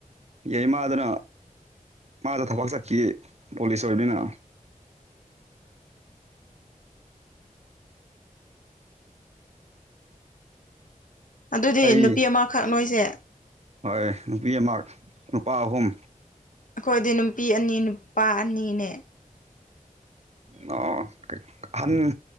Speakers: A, on the right (about 50°); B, on the left (about 65°).
A: ꯌꯥꯏ ꯃꯥꯗꯅ ꯃꯥꯗ ꯊꯕꯛ ꯆꯠꯈꯤ ꯄꯣꯂꯤꯁ ꯑꯣꯏꯕꯅꯤꯅ
B: ꯑꯗꯨꯗꯤ
A: ꯑꯩ
B: ꯅꯨꯄꯤ ꯑꯃꯈꯛ ꯅꯣꯏꯁꯦ
A: ꯍꯣꯏ ꯅꯨꯄꯤ ꯑꯃ ꯅꯨꯄꯥ ꯑꯍꯨꯝ
B: ꯑꯩꯈꯣꯏꯗꯤ ꯅꯨꯄꯤ ꯑꯅꯤ ꯅꯨꯄꯥ ꯑꯅꯤꯅꯦ
A: ꯑꯣ ꯑꯍꯟ